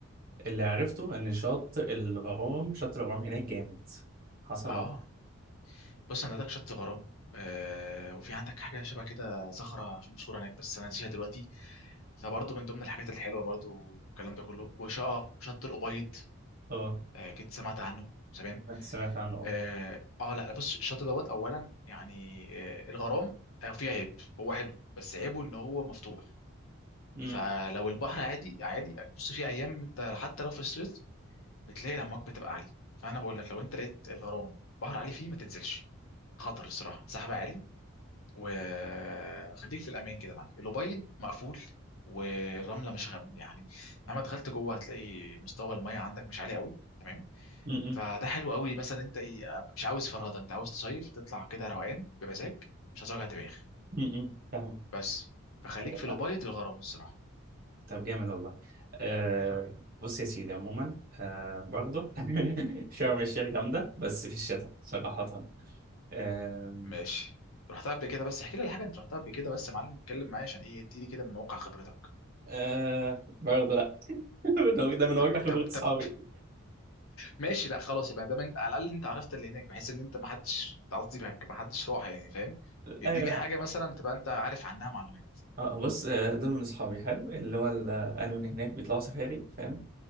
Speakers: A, on the right (about 40°); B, on the left (about 75°).
A: اللي عرفته ان شط الغرام شط الغرام هناك جامد حصل
B: اه
A: ولا لأ؟
B: بص انا عندك شط غرام آه وفي عندك حاجه شبه كده صخره مشهوره هناك بس انا نسيها دلوقتي فبرضه من ضمن الحاجات الحلوه برضه والكلام ده كله وشقه شط الابيض
A: اه
B: آه كنت سمعت عنه تمام
A: سمعت عنه اه
B: اه آه، لا بص الشط دوت اولا يعني آه الغرام آه فيه عيب هو حلو بس عيبه ان هو مفتوح
A: امم
B: فلو البحر عادي عادي هتبص فيه ايام انت حتى لو في الصيف بتلاقي الامواج بتبقى عاليه فانا بقول لك لو انت لقيت الغرام بحر عالي فيه ما تنزلش خطر الصراحه سحب عالي وخليك في الامان كده يا معلم الأبيض مقفول والرمله مش غ... يعني مهما دخلت جوه هتلاقي مستوى الميه عندك مش عالي قوي تمام
A: امم
B: فده حلو قوي مثلا انت ايه مش عاوز فرهده انت عاوز تصيف تطلع كده روقان بمزاج مش عايز وجع دماغ
A: امم فاهم
B: بس فخليك
A: ايوه
B: في
A: فاهم
B: الأبيض والغرام الصراحه
A: طب جامد والله آه
B: حلو قوي
A: بص يا سيدي عموما آه برضه <laughs> شرم الشيخ جامده بس في الشتاء صراحه آه
B: ماشي رحتها قبل كده بس احكي لي الحاجه انت رحتها قبل كده بس يا معلم اتكلم معايا عشان ايه اديني كده من واقع خبرتك
A: آه برضه لا <laughs> ده ده من
B: طب
A: واقع خبره
B: طب
A: اصحابي
B: طب ماشي لا خلاص يبقى دام انت على الاقل انت عرفت اللي هناك بحيث ان انت ما حدش قصدي بهك- ما حدش راح يعني فاهم اديني
A: ايوه لا
B: حاجه مثلا تبقى انت عارف عنها معلومات
A: آه بص آه، دول من اصحابي حلو اللي هو ال- قالوا ان هناك بيطلعوا سفاري فاهم